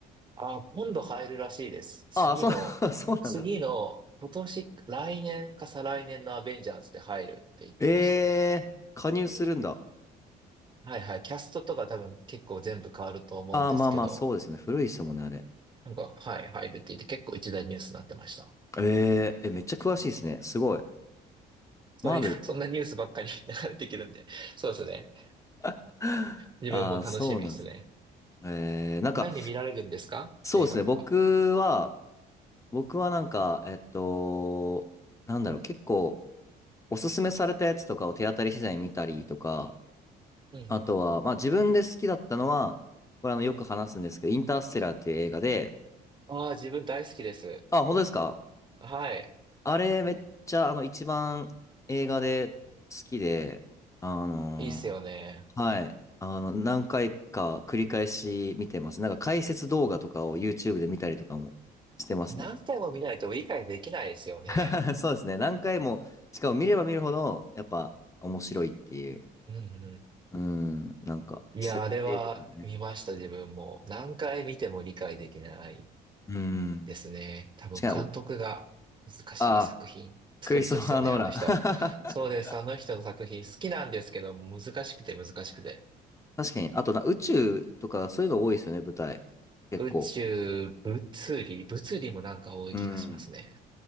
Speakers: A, on the right; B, on the left.
A: あー、今度入るらしいです。次の、
B: ああ、そう、<laughs> そうなんだ。
A: 次の、今年、来年か再来年のアベンジャーズで入るって言ってましたね。
B: ええー加入するんだ。
A: はいはい。キャストとか多分結構全部変わると思うんですけど、
B: ああ、まあまあ、そうですね。古いですもんね、あれ。
A: なんか、はい、入るって言って結構一大ニュースになってました。
B: えええ、めっちゃ詳しいですね。すごい。
A: そういう、
B: マーベルって。
A: そんなニュースばっかり <laughs> 流れてくるんで、そうですね。
B: <laughs>
A: 自分も楽しみですね。
B: ああ、そうなんです。ええなんか、
A: 何見られるんですか映画とか。
B: そうですね。僕は、僕はなんか、えっと、なんだろう、結構、おすすめされたやつとかを手当たり次第見たりとか、
A: うんうん。
B: あとは、まあ自分で好きだったのは、これあのよく話すんですけど、インターステラーっていう映画で、
A: ああ、自分大好きです。
B: あ、本当ですか
A: はい。
B: あれめっちゃあの一番映画で好きで、あの
A: いいっすよね。
B: ーはい、あの何回か繰り返し見てます。なんか解説動画とかを YouTube で見たりとかもしてますね。
A: 何回も見ないと理解できないですよね。
B: <laughs> そうですね。何回も、しかも見れば見るほど、やっぱ面白いっていう、
A: うんうん。
B: うん、なんか設定とかもね。
A: いや、あれは見ました、自分も。何回見ても理解できない
B: うん。
A: ですね。多分監督が難しい作品作る人ですよね、
B: しかも、あクリストファー・ノーラン。
A: あの人。
B: <laughs>
A: そうです、あの人の作品好きなんですけど、難しくて難しくて。
B: 確かに。あとな、宇宙とかそういうの多いですよね、舞台。結構。
A: 宇宙、物理、物理もなんか多い気がしますね。
B: うん。